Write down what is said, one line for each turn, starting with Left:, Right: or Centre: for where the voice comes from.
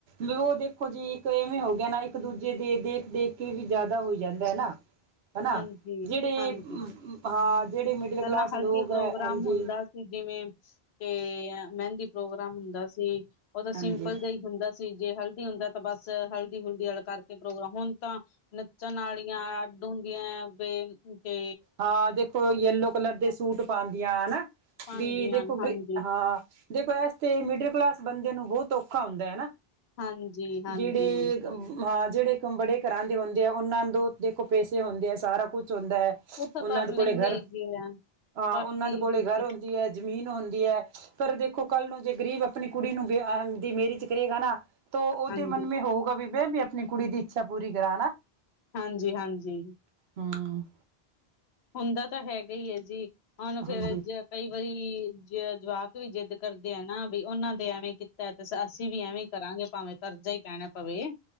Right: ਵੀ ਉਹ ਦੇਖੋਂ ਜੀ ਇੱਕ ਇਵੇਂ ਹੋ ਗਿਆਂ ਨਾ ਇੱਕ-ਦੂੱਜੇ ਦੇ ਦੇਖ-ਦੇਖ ਦੇਖ ਕੇ ਵੀ ਜ਼ਿਆਦਾ ਹੋ ਜਾਂਦਾ ਨਾ ਹੈਨਾ
Left: ਹਾਂਜੀ
Right: ਜਿਹੜੇ
Left: ਹਾਂਜੀ
Right: ਹਾਂ, ਜਿਹੜੇ ਮਿਡਲ
Left: ਪਹਿਲਾਂ
Right: ਕਲਾਸ ਲੋਕ
Left: ਹਲਦੀ ਪ੍ਰੋਗਰਾਮ
Right: ਹੈ ਹਾਂਜੀ।
Left: ਹੁੰਦਾ ਜਿਵੇਂ ਤੇ ਮਹਿੰਦੀ ਪ੍ਰੋਗਰਾਮ ਹੁੰਦਾਂ ਸੀ, ਉਹ ਤਾਂ
Right: ਹਾਂਜੀ।
Left: ਸਿੰਪਲ ਜਿਹੇ ਹੀ ਹੁੰਦਾ ਸੀ ਜੇ ਹਲਦੀ ਹੁੰਦਾਂ ਤਾਂ ਬਸ ਹਲਦੀ-ਹੁਲਦੀ ਵਾਲਾ ਕਰਕੇ ਪ੍ਰੋਗਰਾਮ ਹੁਣ ਤਾਂ ਨੱਚਣ ਨਾਲ਼ ਹੀ ਯਾ ਅੱਡ ਹੁੰਦੀਆਂ ਜਾਂ ਤੇ-ਤੇ
Right: ਹਾਂ, ਦੇਖੋਂ ਯੈਲੋ ਕਲਰ ਦੇ ਸੂਟ ਪਾਉਂਦੀਆਂ ਹੈਨਾ
Left: ਪਾਉਂਦੀਆਂ
Right: ਵੀ ਦੇਖੋਂ
Left: ਨੇ
Right: ਬਈ
Left: ਹਾਂਜੀ
Right: ਹਾਂ ਦੇਖੋ ਇਸ ਤੇ ਮਿਡਲ ਕਲਾਸ ਬੰਦੇ ਨੂੰ ਬਹੁਤ ਔਖਾਂ ਹੁੰਦਾਂ ਹੈਨਾ।
Left: ਹਾਂਜੀ ਹਾਂਜੀ
Right: ਜਿਹੜੇ ਹਾਂ ਜਿਹੜੇ ਬੜੇ ਘਰਾਂ ਦੇ ਹੁੰਦੇ ਆ ਉਹਨਾਂ ਤੋਂ ਦੇਖੋ ਪੈਸੇ ਹੁੰਦੇ ਆ ਸਾਰਾਂ ਕੁੱਛ ਹੁੰਦਾ ਹੈ
Left: ਉਹ ਤਾਂ
Right: ਉਹਨਾਂ
Left: ਕਰ
Right: ਦੇ ਕੋਲੇ
Left: ਲੈਂਦੇ
Right: ਇਹ ਘਰ ਹੁੰਦੀ
Left: ਹੈਗੇ
Right: ਹੈਗਾ
Left: ਆ
Right: ਹਾਂ
Left: ਬਾਕੀ
Right: ਉਹਨਾਂ ਦੇ ਕੋਲੇ
Left: ਦੂਜੇ
Right: ਹੈਗਾ ਉਂਝ ਹੀ ਹੈ ਜ਼ਮੀਨ ਹੁੰਦੀ ਹੈ ਪਰ ਦੇਖੋਂ ਕੱਲ ਨੂੰ ਜੇ ਗਰੀਬ ਆਪਣੀ ਕੁੜੀ ਨੂੰ ਵਿਆਹੁਣ ਮੈਰਿਜ ਕਰੇਂਗਾ ਨਾ ਤੋ ਉਹ
Left: ਹਾਂਜੀ
Right: ਦੇ ਮਨ ਮੇ ਹੋਊਗਾ ਵੀ ਮੈਂ ਵੀ ਆਪਣੀਂ ਕੁੜੀ ਦੀ ਇੱਛਾ ਪੂਰੀ ਕਰਾਂ ਹੈਨਾ।
Left: ਹਾਂਜੀ-ਹਾਂਜੀ।
Right: ਹੂੰ।
Left: ਹੁੰਦਾਂ ਤਾਂ ਹੈਗਾ ਹੀਂ ਹੈ ਜੀ ਹੁਣ ਫੇਰ
Right: ਹਾਂਜੀ
Left: ਜ ਕਈ ਵਾਰੀ ਜ ਜਵਾਕ ਵੀ ਜ਼ਿੱਦ ਕਰਦੇਂ ਆ ਨਾ ਵੀ ਉਨਾਂ ਦੇ ਐਵੇ ਕੀਤਾ। ਤੇ ਅਸੀਂ ਵੀ ਐਵੇਂ ਹੀ ਕਰਾਂਗੇ ਭਾਵੇਂ ਕਰਜ਼ਾ ਹੀ ਪੈਣਾ ਪਵੇਂ।